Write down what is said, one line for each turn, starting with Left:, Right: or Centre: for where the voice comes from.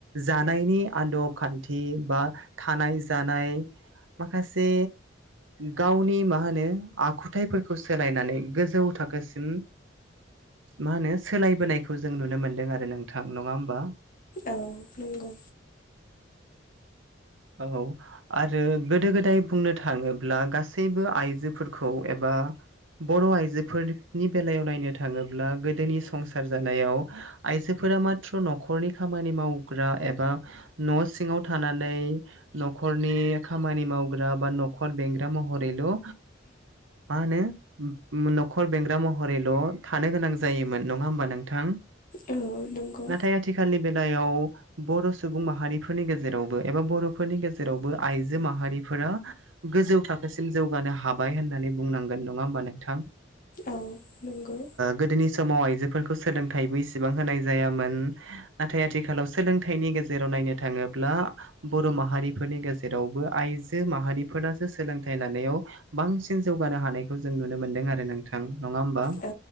Right: जानायनि आदब खान्थि बा थानाय जानाय माखासे गावनि मा होनो आखुथायफोरखौ सोलायनानै गोजौ थाखोसिम मा होनो सोलायबोनायखौ जों नुनो मोनदों आरो नोंथां नङा होमबा?
Left: औ नंगौ।
Right: औ आरो गोदो गोदाय बुंनो थाङोब्ला गासैबो आइजो फोरखौ एबा बर' आइजोफोरनि बेलायाव नायनो थाङोब्ला गोदोनि संसार जानायाव आइजोफोरा माथ्र' न'खरनि खामानि मावग्रा एबा न' सिङाव थानानै न'खरनि खामानि मावग्रा बा न'खर बेंग्रा महरैल' मा होनो न'खर बेंग्रा महरैल' थानो गोनां जायोमोन नङा होमबा नोंथां?
Left: औ नंगौ।
Right: नाथाय आथिखालनि बेलायाव बर' सुबुं माहारिफोरनि गेजेरावबो एबा बर'फोरनि गेजेरावबो आइजो माहारिफोरा गोजौ थाखोसिम जौगानो हाबाय होननानै बुंनांगोन नङा होमबा नोंथां?
Left: औ नंगौ।
Right: गोदोनि समाव आइजोफोरखौ सोलोंथाइबो इसेबां होनाय जायामोन। नाथाय आथिखालाव सोलोंथाइनि गेजेराव नायनो थाङोब्ला। बर' माहारिफोरनि गेजेरावबो आइजो माहारिफोरासो सोलोंथाइ लानायाव बांसिन जौगानो हानायखौ जों नुनो मोनदों आरो नों। थां नङा होमबा
Left: औ